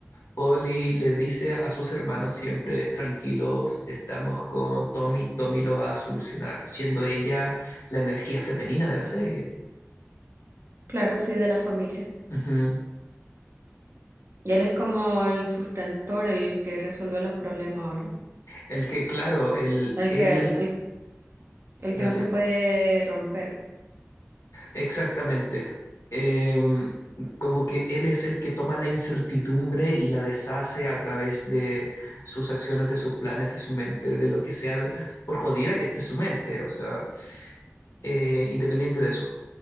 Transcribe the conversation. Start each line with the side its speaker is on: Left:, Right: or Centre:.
Left: Polly le dice a sus hermanos siempre, tranquilos, estamos con Tommy, Tommy lo va a solucionar, siendo ella la energía femenina de la serie.
Right: Claro, sí, de la familia.
Left: Ujú.
Right: Y él es como el sustentor, el que resuelve los problemas, ¿o no?
Left: El que, claro, el,
Right: El
Left: él,
Right: que, el, el
Left: dale,
Right: que no se puede romper.
Left: exactamente. Em, como que él es el que toma la incertidumbre y la deshace a través de sus acciones, de sus planes, de su mente, de lo que sea, de- por jodida que esté su mente, o sea, eh, independiente de eso.